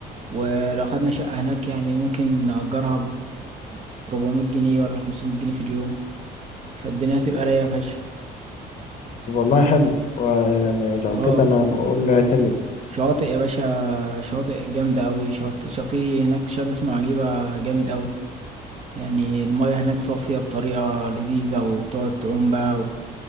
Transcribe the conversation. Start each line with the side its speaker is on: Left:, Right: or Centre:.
Right: ولو خدنا شقة هناك يعني ممكن نأجرها 400 جنيه ولا 500 جنيه في اليوم فالدنيا هتبقى رايقة فشخ
Left: طب والله حلو ويعني لو
Right: اه
Left: كده انا بقول له اعتمد
Right: شواطئ يا باشا شواطئ جامدة أوي شاطئ شا- في هناك شاطئ اسمه عجيبة جامد أوي يعني المياه هناك صافية بطريقة لذيذة وتقعد تعوم بقى و-